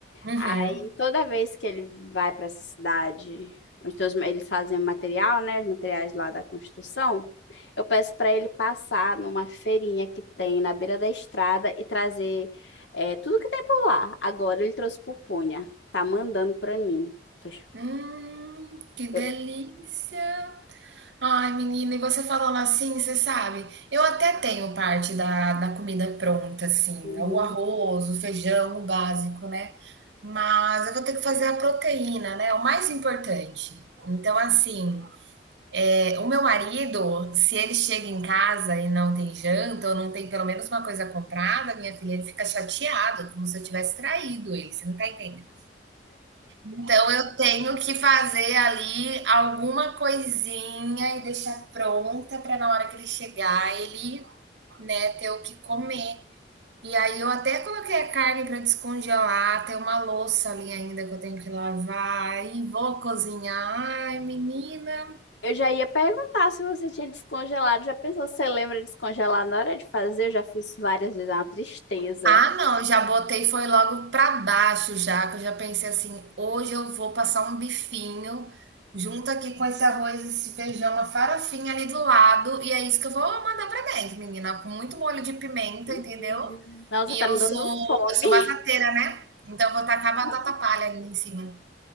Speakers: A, on the right (about 80°); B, on the left (about 85°).
A: Uhum.
B: Aí toda vez que ele vai para essa cidade, onde todos, eles fazem material, né? Os materiais lá da construção, eu peço para ele passar numa feirinha que tem na beira da estrada e trazer é, tudo que tem por lá. Agora ele trouxe pupunha, tá mandando para mim. Tô ch-
A: Hum, que
B: Eu,
A: delícia. Ai, menina, e você falando assim, você sabe? Eu até tenho parte da, da comida pronta, assim,
B: Uhum.
A: o arroz, o feijão, o básico, né? Mas eu vou ter que fazer a proteína, né? O mais importante. Então, assim, é, o meu marido, se ele chega em casa e não tem janta, ou não tem pelo menos uma coisa comprada, minha filha, ele fica chateado, como se eu tivesse traído ele, você não tá entendendo? Então eu tenho que fazer ali alguma coisinha e deixar pronta para na hora que ele chegar, ele, né, ter o que comer. E aí eu até coloquei a carne para descongelar, tem uma louça ali ainda que eu tenho que lavar e vou cozinhar. Ai, menina,
B: Eu já ia perguntar se você tinha descongelado. Já pensou se você lembra de descongelar na hora de fazer? Eu já fiz várias vezes, é uma tristeza.
A: Ah, não, já botei foi logo pra baixo já, que eu já pensei assim, hoje eu vou passar um bifinho junto aqui com esse arroz, esse feijão, uma farofinha ali do lado, e é isso que eu vou mandar pra dentro, menina, com muito molho de pimenta,
B: Hum.
A: entendeu?
B: Nossa,
A: E
B: tá
A: eu
B: me dando
A: sou
B: fome.
A: eu sou batateira, né? Então eu vou tacar
B: <laughs>
A: batata palha ainda em cima.